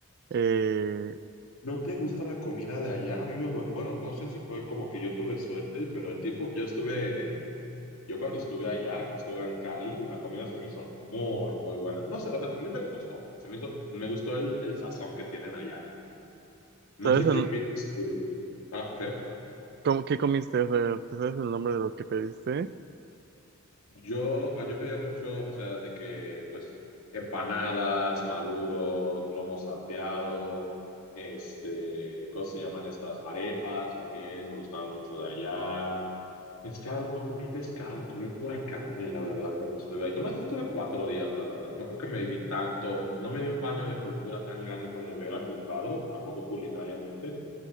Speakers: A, on the right (about 50°); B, on the left (about 80°).
A: eh,
B: ¿No te gusta la comida de allá? A mí me, gu- bueno, no sé si fue como que yo tuve suerte, pero el tiempo que yo estuve en, yo cuando estuve allá, que estuve en Cali, la comida se me hizo muy, muy buena. No sé, o sea, a mí me gustó, se me hizo, me gustó el, el sazón que tienen allá. No
A: ¿sabes
B: sé
A: el-
B: qué opinas tú. Ah, ok.
A: cómo, qué comiste? O sea, ¿te sabes el nombre de lo que pediste?
B: Yo, ah, yo pedía mucho, o sea, de que, pues, empanadas, maduros, lomo salteado, este, ¿cómo se llaman estas? Arepas también, me gustaban mucho de allá. Pescado, no comí pescado, comí pura carne, la verdad, cuando estuve ahí. Nomás estuve cuatro días, la verdad. No creo que me di tanto, no me di un baño de cultura tan grande como me hubiera gustado, tampoco culinariamente.